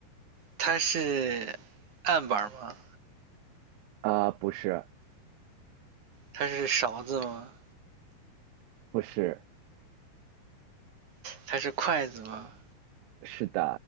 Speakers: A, on the right (about 45°); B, on the right (about 80°).
A: 它是案板吗？
B: 啊、不是，
A: 它是勺子吗？
B: 不是，
A: 它是筷子吗？
B: 是的，